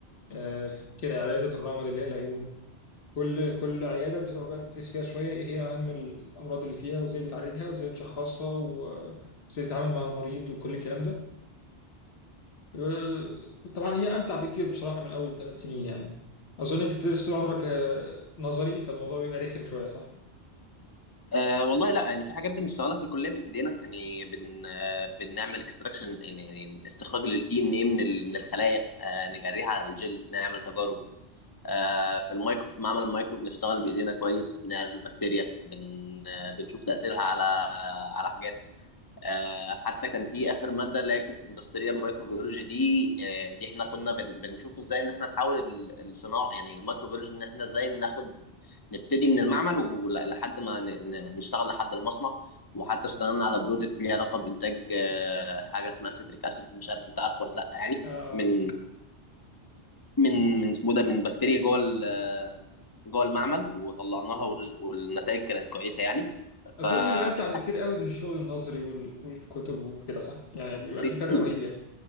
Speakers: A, on the left; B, on the left.
A: آه، كده عيادة الرمد اللي هي العيون كل كل عيادة بتقعد بقى تدرس فيها شوية ايه هي اهم الامراض اللي فيها وازاي بتعالجها وازاي بتشخصها و- وازاي تتعامل مع المريض وكل الكلام ده آه، طبعا هي امتع بكتير بصراحه من اول ثلاث سنين يعني اظن انت بتدرس طول عمرك آه، نظري فالموضوع بيبقى رخم شويه صح
B: آه والله لا يعني في حاجات بنشتغلها في الكليه بايدينا يعني بن آه بنعمل اكستراكشن يعني يعني استخراج للدي ان ايه من ال- من الخلايا آه نجريها على الجل نعمل تجارب آه، في المايكرو في معمل المايكرو بنشتغل بايدينا كويس بنعزل بكتيريا بن آه، بنشوف تاثيرها على على حاجات آه، حتى كان في اخر ماده اللي هي كانت اندستريال مايكروبيولوجي دي آه، دي احنا كنا بن- بنشوف ازاي ان احنا نحول ال- الصناعه يعني الميكروبيولوجي ان احنا ازاي ناخد نبتدي من المعمل ولحد ما ن- ن- نشتغل لحد المصنع وحتى اشتغلنا على برودكت ليه علاقه بانتاج آه، حاجه اسمها سيتريك اسيد مش عارف انت عارفه ولا لا يعني
A: اه
B: من
A: اه طبعا
B: من من اسمه ده من بكتيريا جوه ال- آه، جوه المعمل وطلعناها والرز- والنتائج كانت كويسه يعني ففي
A: اظن بيبقى امتع بكتير
B: حد
A: قوي من الشغل النظري وال- والكتب وكده صح يعني بيبقى
B: بكتير
A: في فرق رهيب يا اخي